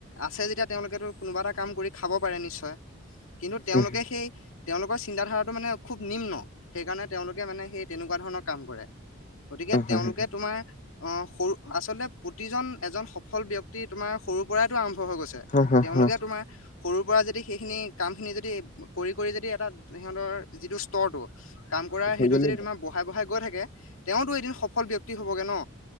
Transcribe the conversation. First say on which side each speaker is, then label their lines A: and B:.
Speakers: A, on the left; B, on the left.
A: আছে যেতিয়া, তেওঁলোকেতো কোনোবা এটা কাম কৰি খাব পাৰে। ্চয় <unintelligible> কিন্তু তেওঁলোকে
B: অ
A: সেই তেওঁলোকৰ চিন্তা ধাৰাটো মানে খুব নিম্ন। সেইকাৰণে তেওঁলোকে মানে সেই তে- তেনেকুৱা ধৰণৰ কাম কৰে, গতিকে
B: হয়
A: তেওঁলোকে
B: হয়
A: তোমাৰ আহ সৰু আচলতে প্ৰতিজন এজন সফল ব্যক্তি তোমাৰ সৰুৰ পৰাইতো আৰম্ভ হৈ গৈছে
B: হয় হয়
A: তেওঁলোকে
B: হয়
A: তোমাৰ সৰু সেইখিনি কাম খিনি যদি কৰি কৰি যদি এটা সিহঁতৰ যিটো স্তৰটো কাম কৰা
B: হৈ
A: সেইটো
B: গ'ল
A: য,
B: নি
A: তমাৰ <unintelligible> বঢ়াই বঢ়াই গৈ থাকে। তেওঁতো এদিন সফল ব্যক্তি হবগে ন।